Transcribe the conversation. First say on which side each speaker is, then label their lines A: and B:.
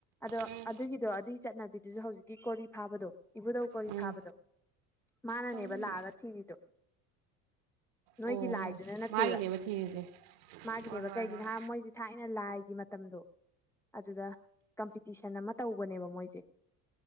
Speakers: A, in the centre; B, on the right (about 55°).
A: ꯑꯗꯣ
B: ꯎꯝ
A: ꯑꯗꯨꯒꯤꯗꯣ ꯑꯗꯨꯒꯤ ꯆꯠꯅꯕꯤꯗꯨꯁꯨ ꯍꯧꯖꯤꯛꯀꯤ ꯀꯣꯔꯤ ꯐꯥꯕꯗꯣ ꯏꯕꯨꯗꯧ ꯀꯣꯔꯤ
B: ꯎꯝ
A: ꯐꯥꯕꯗꯣ ꯃꯥꯅꯅꯦꯕ
B: ꯇꯥꯃꯣꯒꯤ
A: ꯂꯥꯛꯑꯒ ꯊꯤꯔꯤꯗꯣ ꯅꯣꯏꯒꯤ
B: ꯑꯣ
A: ꯂꯥꯏꯗꯨꯅ ꯅꯠꯇꯦꯕ
B: ꯃꯥꯒꯤꯅꯦꯕ ꯊꯤꯔꯤꯁꯦ
A: ꯃꯥꯒꯤꯅꯦꯕ
B: ꯍꯣꯏ ꯍꯣꯏ
A: ꯀꯩꯒꯤꯅꯣ
B: ꯍꯣꯏ
A: ꯃꯣꯏꯁꯦ ꯊꯥꯏꯅ ꯂꯥꯏꯒꯤ ꯃꯇꯝꯗꯣ ꯑꯗꯨꯗ ꯀꯝꯄꯤꯇꯤꯁꯟ ꯑꯃ ꯇꯧꯕꯅꯦꯕ ꯃꯣꯏꯁꯦ